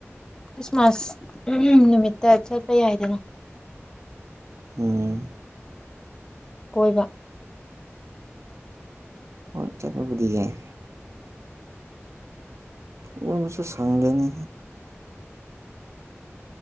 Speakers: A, on the left; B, on the right.
A: ꯈ꯭ꯔꯤꯁꯃꯥꯁ ꯅꯨꯃꯤꯠꯇ ꯆꯠꯄ ꯌꯥꯏꯗꯅꯥ
B: ꯎꯝ
A: ꯀꯣꯏꯕ
B: ꯑ ꯆꯠꯄꯕꯨꯗꯤ ꯌꯥꯏ ꯀꯣꯏꯕꯁꯨ ꯁꯪꯗꯦꯅꯦ